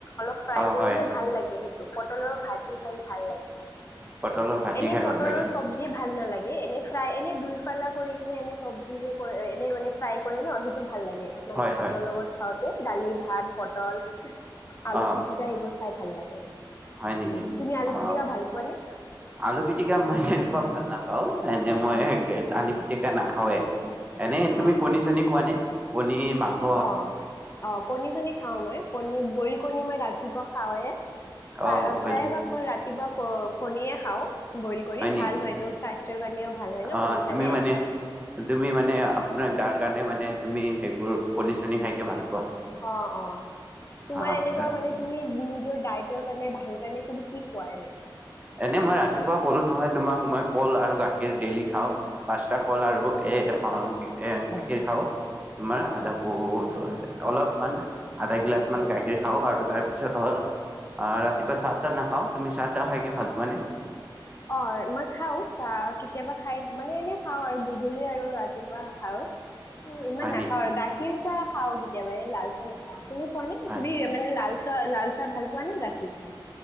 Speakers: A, on the left; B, on the right.
A: অলপ ফ্ৰাই
B: অ
A: কৰিলে
B: হয়
A: ভাল লাগে সেইটো? দুটোপটলৰ ভাজি খাই ভাল লাগে।
B: পটলৰ ভাজি
A: এনেই
B: খাই
A: পটলৰ
B: ভাল লাগে।
A: চব্জি ভাল নালাগে এনে। এনেই দুইফালা কৰি। এনে চব্জি যে কৰে এনে মানে ফ্ৰাই কৰে ন সেইটো? ভাল লাগে মানে
B: হয়
A: ভাতৰ
B: হয়
A: লগত খাওঁতে দালি ভাত। পটল। আলু
B: অ
A: পিটিকা সেইবোৰ। খাই ভাল লাগে।
B: হয় নেকি
A: তুমি আলু
B: অ
A: পিটিকা ভাল পোৱানে
B: আলু পিটিকা মই তেনেকুৱা? ভাল নাপাওঁ? এনে মই
A: আচ্ছা
B: সে আলু পিটিকা। কে নাখাওৱে। এনেই তুমি
A: অঁ
B: কণী চণী খোৱা নাই কণী মাংস।
A: অঁ অঁ কণী চণী খাওঁ মই কণী বইল কণী মই ৰাতিপুৱা খাওঁৱে। প্ৰায়
B: অ
A: প্ৰায়ভাগ মই ৰাতি। কিবা ক কণীয়ে খাওঁ। বইল কৰি
B: হয়
A: ভাল
B: নেকি?
A: হয়তটো স্বাস্থ্যৰ কাৰণেও ভাল হয় ন
B: অ'
A: কণী
B: তুমি
A: খালে।
B: মানে তুমি মানে আপোনাৰ গাৰ কাৰণে মানে তুমি সেইবোৰ কণী-চণী খাইকৈ ভাল পোৱা।
A: অহ-অহ। তোমাৰ
B: অ'
A: এনেকুৱা মানে তুমি নিজৰ ডাই ভাল কাৰণে তুমি কি কোৱা এনে?
B: এনে মই ৰাতিপুৱা কলো নহয় তোমাক মই কল আৰু গাখীৰ ডেইলি খাওঁ। পাঁচটা কল আৰু এ-এ গাখীৰ খাওঁ তোমাৰ আদাপহ অলপমান আধা গিলাচ
A: আচ্ছা
B: মান গাখীৰ খাওঁ আৰু তাৰপিছত হ'ল ৰাতিপুৱা চাতটা নাখাও। তুমি চাতটা খাই ভাল পোৱা নে?
A: অঁ মই খাওঁ চাহ কেতিয়াবা খাই মানে এনেই খাওঁ আৰু গধূলি আৰু ৰাতিপুৱা। আৰু ইমান
B: হয়
A: নাখাওঁ
B: নেকি?
A: আৰু গাখীৰ ত <unintelligible> খাও কেতিয়াবা এই লাল চাহ নাখাও তুমি কোৱা নে?
B: হয়।
A: তুমি মানে লাল চাহ লাল চাহ ভাল নে গাখিৰ্চা?